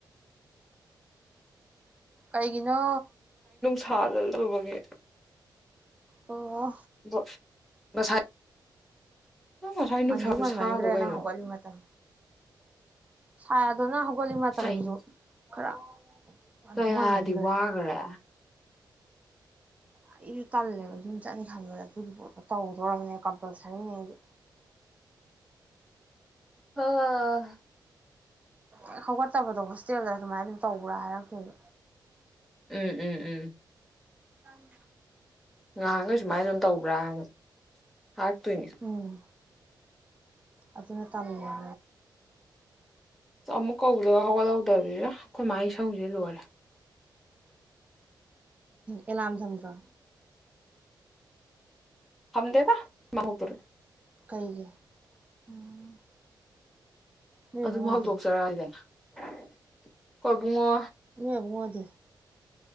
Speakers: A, on the right; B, in the centre.
A: ꯀꯩꯒꯤ ꯅꯣ
B: ꯊꯥꯗ ꯂꯧꯕꯒꯤ
A: ꯑꯣ
B: ꯕꯣ ꯉꯁꯥꯏ ꯉꯁꯥꯏ ꯅꯨꯡꯁꯥ
A: ꯉꯟꯁꯨ
B: ꯈꯨꯁꯥꯗꯣ
A: ꯉꯟꯃꯟꯈ꯭ꯔꯦ
B: ꯀꯩꯅꯣ
A: ꯅꯪ ꯍꯧꯒꯠꯂꯤ ꯃꯇꯝ ꯁꯥꯏ ꯑꯗꯣ ꯅ ꯍꯧꯒꯣꯜꯂꯤ ꯃꯇꯝꯗꯨꯁꯨ
B: ꯑꯁ ꯑꯩꯗꯤ
A: ꯈꯔ ꯉꯟꯁꯨ
B: ꯀꯌꯥꯗꯤ
A: ꯉꯟꯃꯟꯈ꯭ꯔꯦ
B: ꯋꯥꯒꯅꯔꯦ
A: ꯑꯩꯁꯨ ꯇꯜꯂꯦꯕ ꯌꯨꯝ ꯆꯠꯅꯤ ꯈꯟꯕꯗ ꯑꯗꯨꯒꯤ ꯄꯣꯠꯇꯣ ꯇꯧꯗꯣꯔꯕꯅꯦ ꯀꯝꯄꯜꯁꯔꯤꯅꯦ ꯑꯩꯁꯨ
B: ꯑ ꯑꯥꯥ
A: ꯑꯦ ꯍꯧꯒꯠꯇꯕꯗ ꯍꯣꯁꯇꯦꯜꯗ ꯑꯗꯨꯃꯥꯏꯅ ꯑꯗꯨꯝ ꯇꯧꯕ꯭ꯔ ꯍꯥꯏꯔꯛꯇꯣꯏꯕ
B: ꯎꯝ ꯎꯝ ꯎꯝ
A: ꯑꯪ
B: ꯉꯍꯥꯟꯉꯩ ꯁꯨꯃꯥꯏꯅ ꯑꯗꯨꯝ ꯇꯧꯕ꯭ꯔꯥꯅ ꯍꯥꯥꯛꯇꯣꯏꯅꯤ
A: ꯎꯝ ꯑꯗꯨꯅ ꯇꯜꯂꯤꯅꯦ
B: ꯑꯃꯨꯛ ꯀꯧꯗ ꯍꯧꯒꯠꯍꯧꯗꯔꯤꯗ ꯑꯩꯈꯣꯏ ꯃꯥꯒꯤ ꯏꯁꯧꯁꯦ ꯂꯣꯏꯔꯦ
A: ꯑꯦꯂꯥꯝ ꯊꯝꯗ꯭ꯔꯣ
B: ꯊꯝꯗꯦꯗ ꯃꯥꯍꯧꯗꯣꯛꯔꯛꯑꯦ
A: ꯀꯩꯒꯤ ꯎꯝ ꯅꯣꯏ ꯏꯕꯨꯡꯉꯣꯗꯤ
B: ꯑꯗꯨꯝ ꯍꯧꯗꯣꯛꯆꯔꯛꯏꯗꯅ ꯀꯣꯕꯨꯨꯡꯉꯣ
A: ꯅꯣꯏꯑꯕꯨꯡꯉꯣꯗꯤ